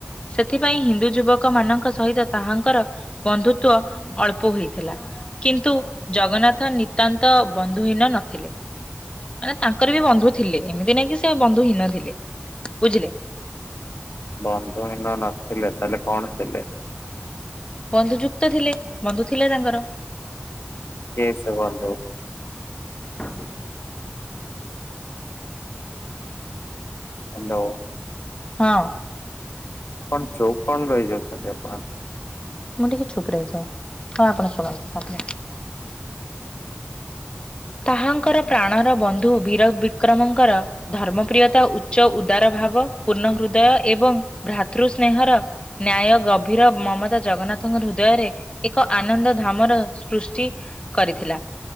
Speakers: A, on the left; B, on the left.
A: ସେଥିପାଇଁ ହିନ୍ଦୁ ଯୁବକ ମାନଙ୍କ ସହିତ, ତାହାଙ୍କର ବନ୍ଧୁତ୍ବ ଅଳ୍ପ ହୋଇଥିଲା। କିନ୍ତୁ, ଜଗନ୍ନାଥ ନିତାନ୍ତ, ବନ୍ଧୁହୀନ ନଥିଲେ। ମାନେ ତାଙ୍କର ବି ବନ୍ଧୁ ଥିଲେ। ଏମିତି ନାଇଁ କି ସେ ବନ୍ଧୁ ହୀନ ଥିଲେ। ବୁଝିଲେ?
B: ଵନ୍ଧୁ ହିନ ନଥିଲେ, ତାହେଲେ କଣ ଥିଲେ।
A: ବନ୍ଧୁ ଯୁକ୍ତ ଥିଲେ, ବନ୍ଧୁ ଥିଲେ ତାଙ୍କର।
B: କିଏ ସେ ବଂଧୁ।
A: ?
B: ହାଲୋ!
A: ହଁ,।
B: କଣ ଚୁପ କଣ ରହିଯାଉଛନ୍ତି, ଆପଣ?
A: ମୁଁ ଟିକେ ଚୁପ ରହିଯାଏ। ହଁ, ଆପଣ ଶୁଣନ୍ତୁ ତାପରେ, ତାହାଙ୍କର ପ୍ରାଣର ବନ୍ଧୁ! ବୀର ବିକ୍ରମଙ୍କର, ଧର୍ମପ୍ରିୟତା, ଉଚ୍ଚ ଉଦାର ଭାବ, ପୂର୍ଣ୍ଣ ହୃଦୟ, ଏବଂ ଭ୍ରାତୃ ସ୍ନେହର, ନ୍ୟାୟ, ଗଭୀର ମମତା ଜଗନ୍ନାଥଙ୍କ ହୃଦୟରେ, ଏକ ଆନନ୍ଦ ଧାମର ସୃଷ୍ଟି କରିଥିଲା।